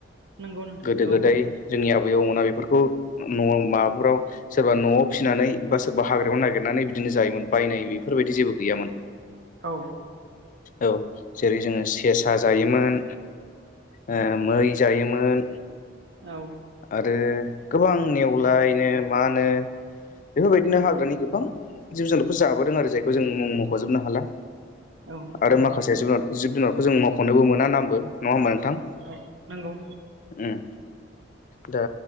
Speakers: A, on the right (about 80°); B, on the left (about 45°).
A: नंगौ नोंथां
B: गोदो
A: औ
B: गोदाय जोंनि आब बौ मोना बेफोरखौ माबाफोराव सोरबा न'आव फिसिनानै बा सोरबा हाग्रायाव नागिरनानै बिदिनो जायोमोन बायनाय बेफोरबायदि जेबो गैयामोन।
A: औ।
B: औ जेरै जोङो सेसा जायोमोन ओ मै जायोमोन
A: औ
B: आरो गोबां नेवलायनो मानो बेफोरबायदिनो हाग्रानि गोबां जिब जुनारखौ जाबोदों आरो जायखौ जों मुं मख'जोबनो हाला
A: औ
B: आरो
A: नंगौ
B: माखासे जुनार जिब जुनार जों मावख'नोबो मोना नामबो नङा होमबा नोंथां?
A: औ नंगौ
B: उम। दा